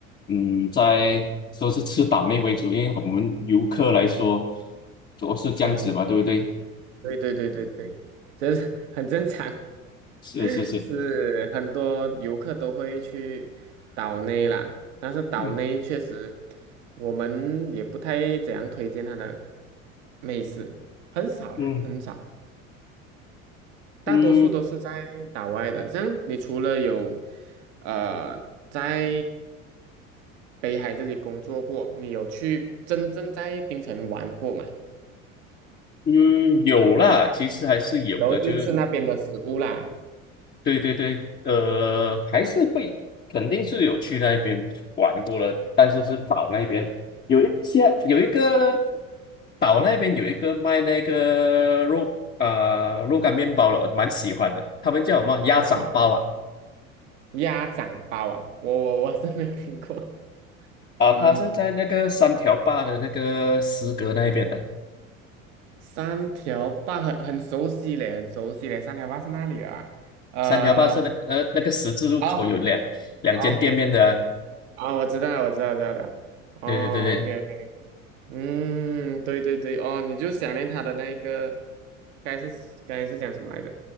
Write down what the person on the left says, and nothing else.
嗯，在都是吃岛内为主，因为我们游客来说，都是这样子嘛，
对不对？
是是是，
嗯
嗯
嗯
嗯，有啦，其实还是有的，
就是。对对对，呃，还是会，肯定是有去那边玩过了，但是是岛那边有一些有一个岛那边有一个卖那个肉啊、肉干面包的，我蛮喜欢的，他们叫什么鸭掌包啊
啊，
它是在那个三条坝的那个石阁那边的，
三条坝是那呃那个十字路口有两两间店面的啊
对对对对，